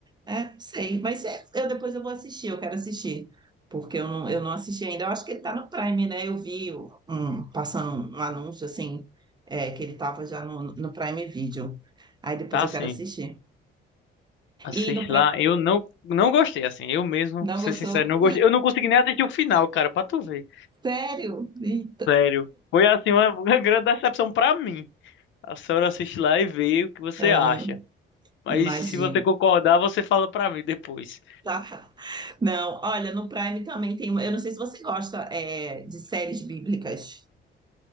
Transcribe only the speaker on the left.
Tá
assim.
Assiste
lá. Eu não, não gostei, assim. Eu mesmo,
pra
ser sincero, não gostei. Eu não consegui nem assistir o final, cara, pra tu ver.
Sério. Foi, assim, uma, <laughs> uma grande decepção pra mim. A senhora assiste lá e vê o que você
acha. Mas
se você concordar, você fala pra mim depois.